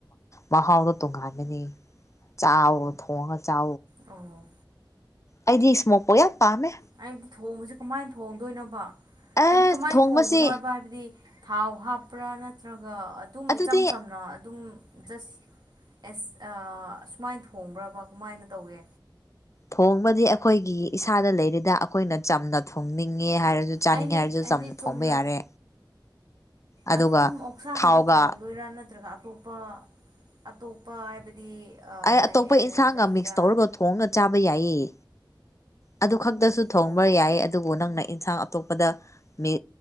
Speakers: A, on the left; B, on the right.
A: ꯃꯍꯥꯎꯗꯣ ꯇꯣꯡꯍꯟꯒꯅꯤ꯫ ꯆꯥꯎꯥ ꯊꯣꯡꯉ ꯆꯥ
B: ꯑꯣ
A: ꯑꯩꯗꯤ ꯏꯁꯃꯣꯄꯣ ꯌꯥꯝ ꯄꯥꯝꯃꯦ
B: ꯍꯥꯏꯕꯗꯤ ꯊꯣꯡꯕꯕꯁꯤꯦ ꯀꯃꯥꯏꯅ ꯊꯣꯡꯗꯣꯏꯅꯣꯕ
A: ꯑꯦ
B: ꯍꯥꯏꯕꯗꯤ ꯀꯃꯥꯏꯅ
A: ꯊꯣꯡꯕꯁꯤ
B: ꯊꯣꯡꯕꯅꯣ ꯍꯥꯏꯕ ꯍꯥꯏꯕꯗꯤ ꯊꯥꯎ ꯍꯥꯞꯄ꯭ꯔꯥ ꯅꯠꯇ꯭ꯔꯒ ꯑꯗꯨꯝ
A: ꯑꯗꯨꯗꯤ
B: ꯏꯆꯝ ꯆꯝꯅ ꯑꯗꯨꯝ ꯖꯁ ꯑꯦꯁ ꯑꯁꯨꯃꯥꯏꯅ ꯊꯣꯡꯕ꯭ꯔꯕ ꯀꯃꯥꯏꯅ ꯇꯧꯋꯦ
A: ꯊꯣꯡꯕꯗꯤ ꯑꯩꯈꯣꯏꯒꯤ ꯏꯁꯥꯗ ꯂꯩꯔꯤꯗ ꯑꯩꯈꯣꯏꯅ ꯆꯝꯅ ꯊꯣꯡꯅꯤꯡꯉꯦ ꯍꯥꯏꯔꯁꯨ ꯆꯥꯅꯤꯡꯉꯦ
B: ꯑꯩꯅ
A: ꯍꯥꯏꯔꯁꯨ
B: ꯍꯥꯏꯕꯗꯤ
A: ꯆꯝꯅ
B: ꯆꯨꯝꯅ
A: ꯐꯣꯡꯕ ꯌꯥꯔꯦ ꯑꯗꯨꯒ
B: ꯑꯗꯨꯝ ꯑꯣꯛꯁꯥꯒꯗ
A: ꯊꯥꯎꯒ
B: ꯊꯣꯡꯗꯣꯏꯔꯥ ꯅꯠꯇ꯭ꯔꯒ ꯑꯇꯣꯞꯄ ꯑꯇꯣꯞꯄ ꯍꯥꯏꯕꯗꯤ
A: ꯑꯩ
B: ꯂꯥꯏꯑꯦ
A: ꯑꯇꯣꯞꯄ ꯏꯟꯁꯥꯡꯒ
B: ꯀꯔꯤꯔꯥ
A: ꯃꯤꯛꯁ ꯇꯧꯔꯒ ꯊꯣꯡꯒ ꯆꯥꯕ ꯌꯥꯏꯌꯦ ꯑꯗꯨ ꯈꯛꯇꯁꯨ ꯊꯣꯡꯕ
B: ꯑꯣ
A: ꯌꯥꯏ ꯑꯗꯨꯕꯨ ꯅꯪꯅ ꯏꯟꯁꯥꯡ ꯑꯇꯣꯞꯄꯗ ꯃꯤ